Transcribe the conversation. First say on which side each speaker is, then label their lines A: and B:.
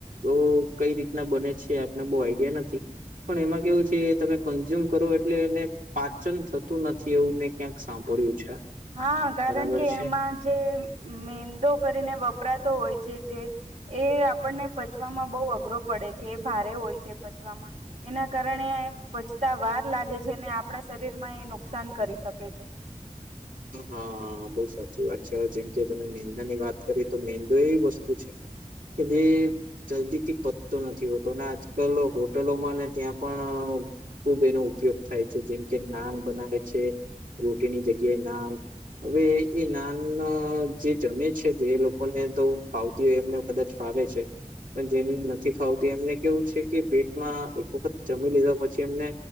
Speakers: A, on the right; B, on the right.
A: એ કઈ રીતના બને છે આપને બહુ આઈડિયા નથી. પણ એમાં કેવું છે તમે કન્ઝ્યુમ કરો એટલે એને પાચન થતું નથી એવું મેં ક્યાંક સાંભ ળ્યુ છે.
B: હા કારણ
A: બરાબર
B: કે
A: છે.
B: એમાં જે મેંદો કરીને વપરાતો હોય જે એ આપણને પચવામાં બહુ અઘરો પડે છે એ ભારે હોય છે પચવામાં. એના કારણે પચતા વાર લાગે છે ને આપણા શરીરમાં એ નુકસાન કરી શકે છે.
A: હા બહુ સાચી વાત છે હવે જેમ કે તમે મેંદાની વાત કરી તો મેંદો એવી વસ્તુ છે કે જે જલ્દીથી પતતો નથી હોતો અને આજકાલ હોટલોમાં ત્યાં પણ ખૂબ એનો ઉપયોગ થાય છે જેમ કે નાન બનાવે છે રોટીની જગ્યા જે નાન હવે એ નાન જે જમે છે જે એ લોકોને તો ફાવતી હોય એમને કદાચ ફાવે છે પણ જેમને નથી ફાવતી એમને કેવું છે કે પેટમાં એક વખત જમી લીધા પછી એમને